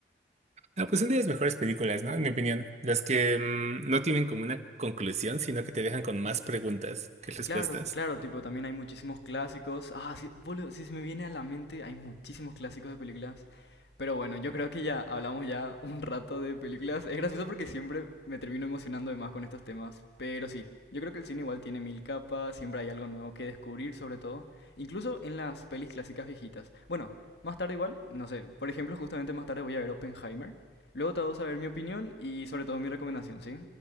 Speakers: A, on the right (about 40°); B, on the left (about 70°).
A: Ah, pues son de las mejores películas, ¿no? En mi opinión. Las que mm, no tienen como una conclusión, sino que te dejan con más preguntas que respuestas.
B: Claro, claro, tipo, también hay muchísimos clásicos. Ah, sí, boludo, sí se me viene a la mente, hay muchísimos clásicos de películas. Pero bueno, yo creo que ya hablamos ya un rato de películas. Es gracioso porque siempre me termino emocionando de más con estos temas. Pero sí, yo creo que el cine igual tiene mil capas, siempre hay algo nuevo que descubrir, sobre todo. Incluso en las pelis clásicas viejitas. Bueno, más tarde igual, no sé. Por ejemplo, justamente más tarde voy a ver Oppenheimer. Luego te vamos a ver mi opinión y sobre todo mi recomendación, ¿sí?